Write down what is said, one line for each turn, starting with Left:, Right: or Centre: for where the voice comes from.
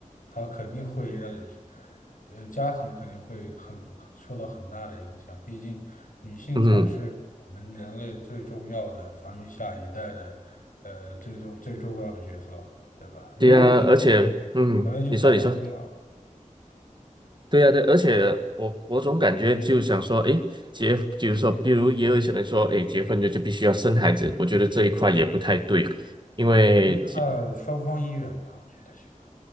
Left: 她肯定会让，呃，家庭肯定会很受到很大的影响。毕竟女性才是我们人类最重要的繁育下一代的，
Right: 嗯，
Left: 呃，最重最重要的角色，对吧？如果没有女性，
Right: 对啊，而且，嗯，
Left: 人类就繁衍不了，
Right: 你说，你说。对呀，对，而且我我总感觉就想说，诶，结，比如说，比如也有一些人说，诶，结婚就就必须要生孩子，我觉得这一块也不太对，因为结，
Left: 就看双方意愿吧。我觉得这个